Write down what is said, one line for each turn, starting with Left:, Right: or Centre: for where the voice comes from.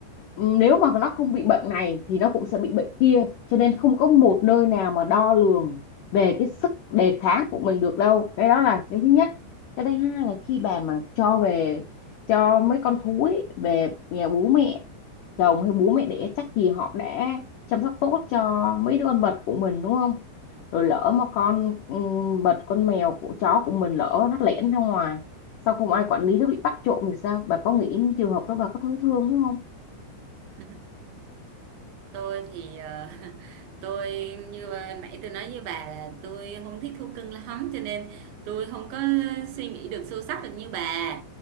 Left: nếu mà nó không bị bệnh này thì nó cũng sẽ bị bệnh kia cho nên không có một nơi nào mà đo lường về cái sức đề kháng của mình được đâu cái đó là cái thứ nhất cái thứ hai là khi bà mà cho về cho mấy con thú ấy, về nhà bố mẹ chồng hay bố mẹ đẻ chắc gì họ đã chăm sóc tốt cho mấy đứa con vật của mình đúng không rồi lỡ mà con ừm, vật con mèo của chó của mình lỡ nó lẻn ra ngoài sao không ai quản lý nó bị bắt trộm thì sao bà có nghĩ những trường hợp đó bà có thấy thương đúng không
Right: Ừ. tôi thì ờ, <laughs> tôi như vừa nãy tôi nói với bà là tôi không thích thú cưng lắm cho nên tôi không có suy nghĩ được sâu sắc được như bà